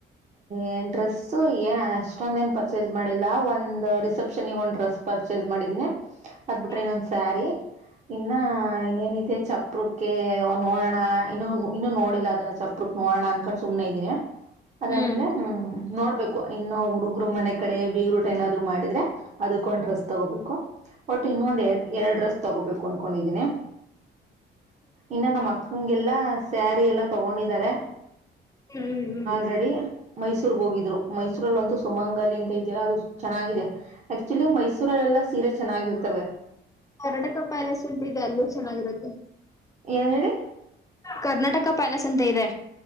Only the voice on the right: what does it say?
ಏನ್ ಡ್ರೆಸ್ ಏನ್ ಅಷ್ಟೊಂದ ಏನ್ ಪರ್ಚೇಸ್ ಮಾಡಿಲ್ಲ ಒಂದ್ ರಿಸೆಪ್ಷನ್ಗ ಒಂದ್ ಡ್ರೆಸ್ ಪರ್ಚೇಸ್ ಮಾಡಿದೀನಿ ಅದು ಬಿಟ್ರೆ
ಇನ್ನೊಂದ್ ಸ್ಯಾರಿ ಇನ್ನ ಇನ್ನೇನಿದೆ ಚಪ್ಪ್ರಕ್ಕೆ ನೋಡೋಣ ಇನ್ನು ಇನ್ನು ನೋಡಿಲ್ಲ ಅದಲ್ಲ ಚಪ್ಪ್ರಕ್ ನೋಡೋಣ ಅನ್ಕೊಂಡ್ ಸುಮ್ನೆ ಇದೀನಿ. ಅದಾದ್ಮೇಲೆ
ಮ್ ನೋಡ್ಬೇಕು ಇನ್ನು ಹುಡುಗ್ರು ಮನೆ ಕಡೆ ಬಿಗರ್ ಊಟ ಏನಾದ್ರು ಮಾಡಿದ್ರೆ ಅದುಕ್ಕೊಂದ್ ಡ್ರೆಸ್ ತಗೋಬೇಕು ಒಟ್ ಇನ್ನೊಂದ್ ಎಡ್ ಎರಡ್ ಡ್ರೆಸ್ ತಗೋಬೇಕು ಅನ್ಕೊಂಡಿದೀನಿ. ಇನ್ನ ನಮ್ಮ ಅಕ್ಕಂಗೆಲ್ಲಾ ಸ್ಯಾರಿ ಎಲ್ಲಾ ತಗೊಂಡಿದ್ದಾರೆ.
ಆಲ್ರೆಡಿ ಮೈಸೂರ್ ಹೋಗಿದ್ರು ಮೈಸೂರಲ್ಲಿ ಅಂತೂ ಸುಮಂಗಲಿ ಅಂತ ಇದೀಯಲ ಅದು ಚೆನ್ನಾಗಿದೆ ಆಕ್ಚುಲಿ ಮೈಸೂರಲ್ಲೆಲ್ಲಾ ಸೀರೆ ಚೆನ್ನಾಗಿರ್ತವೆ.
ಏನ್ ಹೇಳಿ